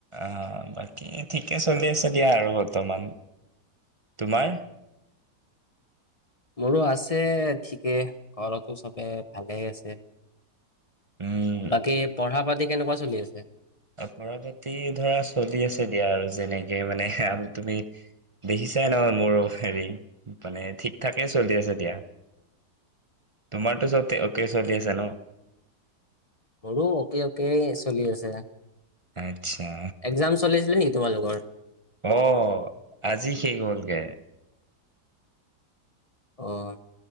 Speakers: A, on the right (about 45°); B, on the left (about 35°).
A: অ', বাকী ঠিকে চলি আছে দিয়া আৰু বৰ্তমান। তোমাৰ?
B: মোৰো আছে ঠিকে, ঘৰতো চবে ভালেই আছে।
A: উম
B: বাকী পঢ়া-পাটি কেনেকুৱা চ লি আছে।
A: অ', পঢ়া-পাটি ধৰা চলি আছে দিয়া আৰু যেনেকে মানে তুমি দেখিছাই নহয় মোৰো হেৰি, মানে ঠিক ঠাকে চলি আছে দিয়া। তোমাৰতো চব অ'কে চলি আছে ন?
B: মোৰো অকে, অকে, চলি আছে।
A: আচ্ছা।
B: এক্জাম চলি আছিলে নেকি তোমালোকৰ
A: অ', আজি শেষ হ'লগে।
B: অ',